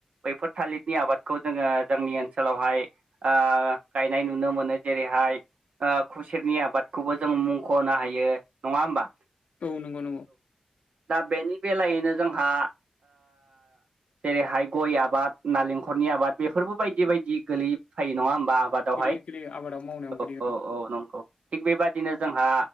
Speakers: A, on the right (about 85°); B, on the left (about 75°).
A: बैफोर थालिदनि आबादखौ जोङो जोंनि ओनसोलावहाय ओ गायनाय नुनो मोनो जेरैहाय खुसेरनि आबादखौबो जों मुंख'नो हायो नङा होमबा
B: औ नंगौ नंगौ
A: दा बेनि बेलायैनो जोंहा जेरैहाय गय आबाद नालेंखरनि आबाद बेफोरबो बायदि बायदि गोलै फायो नङा होमबा आबाद
B: गोलै
A: वहाय
B: गोलै आबादाव मावनायाव
A: औ
B: गोलैयो
A: औ औ नंगौ थिग बेबदिनो जोंहा